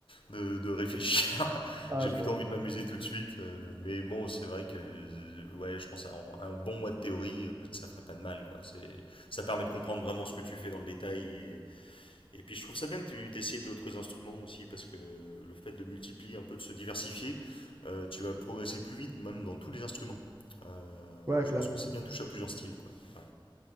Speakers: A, on the left (about 75°); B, on the right (about 35°).
A: de, de réfléchir. <laughs>
B: Ah,
A: J'ai
B: je
A: plutôt
B: comprends.
A: envie de m'amuser tout de suite. euh, Mais bon, c'est vrai que euh, ouais, je pense à un, un bon mois de théorie, euh, ça ferait pas de mal, quoi. C'est, ça permet de comprendre vraiment ce que tu fais dans le détail. Et, et puis je trouve ça bien que tu essayes d'autres instruments aussi, parce que le fait de multiplier un peu, de se diversifier, euh, tu vas progresser plus vite, même dans tous les instruments. Euh,
B: Ouais,
A: je
B: clair.
A: pense que c'est bien de toucher à plusieurs styles, quoi. Ouais.